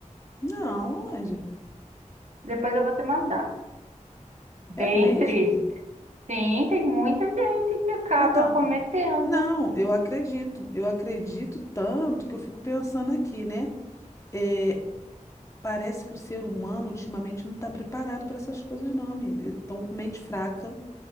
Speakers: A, on the left; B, on the right.
A: Não, Andy,
B: Depois eu vou te mandar. Bem
A: é mesmo?
B: triste. Sim, tem muita gente que acaba
A: Então,
B: cometendo.
A: não, eu acredito. Eu acredito tanto que eu fico pensando aqui, né? É, parece que o ser humano ultimamente não está preparado para essas coisas, não, amiga. Estão com mente fraca,